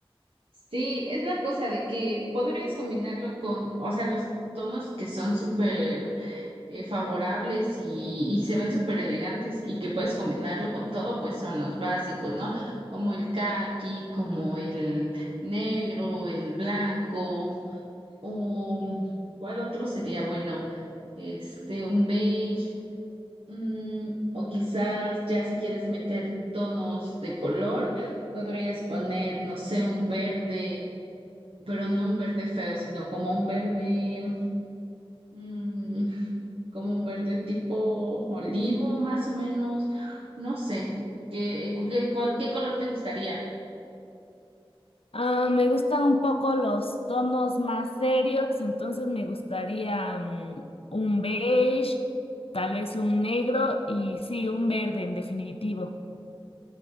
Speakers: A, on the right; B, on the left.
A: Sí, es la cosa de que podrías combinarlo con, o sea, los tonos que son súper eh, favorables y, y se ven súper elegantes y que puedes combinarlo con todo, pues son los básicos, ¿no? Como el caqui, como el negro, el blanco, o ¿cuál otro sería? Bueno, este, un beige, mm, o quizás ya si quieres meter tonos de color, podrías poner, no sé, un verde pero no un verde feo, sino como un verde, mm, como un verde tipo olivo, más o menos, no sé, ¿qué, qué, cuál- qué color te gustaría?
B: Ah, me gustan un poco los tonos más serios, entonces me gustaría mm, un beige, tal vez un negro y sí, un verde en definitivo.